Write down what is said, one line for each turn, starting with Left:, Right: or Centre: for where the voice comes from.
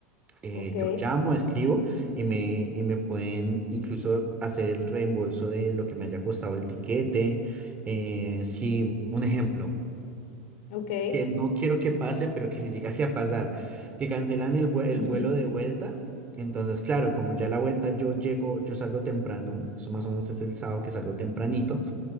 Right: eh,
Left: Ok.
Right: yo llamo, escribo y me, y me pueden incluso hacer el reembolso de lo que me haya costado el tiquete. Eh, si,
Left: mm,
Right: un ejemplo,
Left: Ok.
Right: que no quiero que pase, pero que si llegase a pasar, que cancelan el, vue- el
Left: Ujú,
Right: vuelo de vuelta. Entonces, claro, como ya la vuelta yo llego, yo salgo temprano, eso más o menos es el sábado que salgo tempranito